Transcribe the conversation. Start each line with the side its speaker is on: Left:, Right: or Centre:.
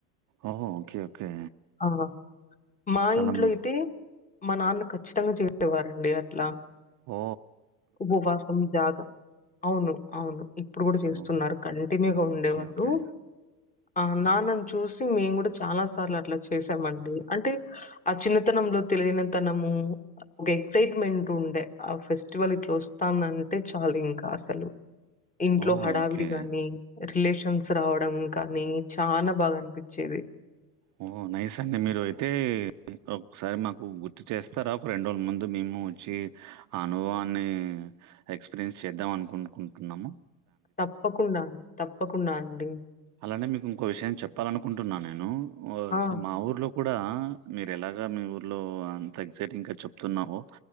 Right: ఓహో ఓకే ఓకే
Left: ఆ మా
Right: చాలా
Left: ఇంట్లో
Right: మ్
Left: అయితే మా నాన్న ఖచ్చితంగా చేసేవారండి అట్లా
Right: ఓ
Left: ఉపవాసం జాగా అవును అవును ఇప్పుడు కూడా చేస్తున్నారు
Right: ఓహ్!
Left: కంటిన్యూగా
Right: ఓకే.
Left: ఉండేవాళ్ళు
Right: ఓకే.
Left: ఆ నాన్నని చూసి మేము కూడా చాలా సార్లు అట్లా చేసామండి అంటే ఆ చిన్నతనంలో తెలియనితనము ఒక ఎక్సైట్మెంట్ ఉండే ఆ ఫెస్టివల్ ఇట్లా వస్తాందంటే చాలు ఇంకా అసలు ఇంట్లో
Right: ఓహ్!
Left: హడావిడి
Right: ఓకే.
Left: గాని రిలేషన్స్ రావడం కానీ చాలా బాగా అనిపించేది
Right: ఓ నైస్ అండి మీరు అయితే ఒకసారి మాకు గుర్తు చేస్తారా ఒక రెండు రోజుల ముందు మేము చ్చి ఆ అనుభవాన్ని ఎక్స్పీరియన్స్ చేద్దాం అనుకున్ కుంటున్నాము
Left: తప్పకుండా తప్పకుండా అండి
Right: అలానే మీకు ఇంకో విషయం చెప్పాలనుకుంటున్నా నేను
Left: ఆ!
Right: మా ఊర్లో కూడా మీరు ఎలాగా మీ ఊర్లో అంత ఎక్సైటింగ్ గా చెప్తున్నావో